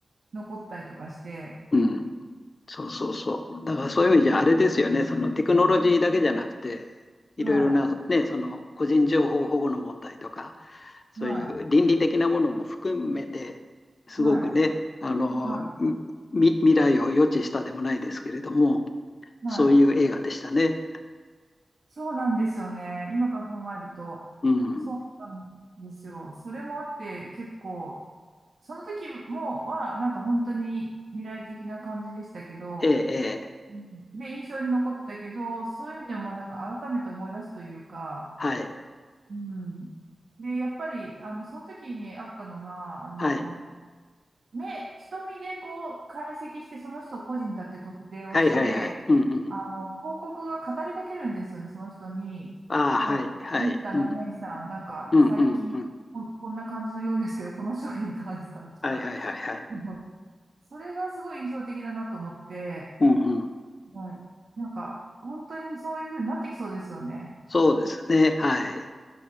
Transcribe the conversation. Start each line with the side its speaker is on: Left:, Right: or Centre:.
Right: 残ったりとかして、
Left: うん。そうそうそう。だからそういう意味じゃあれですよね。そのテクノロジーだけじゃなくて、いろいろな、
Right: はい、
Left: ね、その個人情報保護の問題とか、そういう倫理的なものも含めて、
Right: はい、
Left: すごくね、
Right: はい、
Left: あの、
Right: はい、
Left: み、未来を予知したでもないですけれども、
Right: はい。
Left: そういう映画でしたね。
Right: そうなんですよね。今から考えると、
Left: うん。
Right: そうなんですよ。それもあって、結構、その時も、は、なんか本当に未来的な感じでしたけど、
Left: ええ、ええ、
Right: うんで、印象に残ったけど、そういう意味でもなんか改めて思い出すというか、
Left: はい、
Right: うん。で、やっぱり、あの、その時にあったのが、あの、
Left: はい、
Right: 目、瞳でこう、解析して、その人個人だって特定をして、
Left: はい、はい、はい。うん、うん。
Right: あの、広告が語りかけるんですよね、その人に。
Left: ああ、はい、
Right: なんか、
Left: はい。
Right: ミスター何々さん、
Left: うん、
Right: なんか、
Left: うん、
Right: 最近、
Left: うん、うん。
Right: こんこんな感じのようですけど、この商品いかがですかとか。
Left: はい、はい、はい、はい。
Right: あのそれがすごい印象的だなと思って、
Left: うん、うん。
Right: はい。なんか、本当にそういう風になってきそうですよね。
Left: そうですね。はい。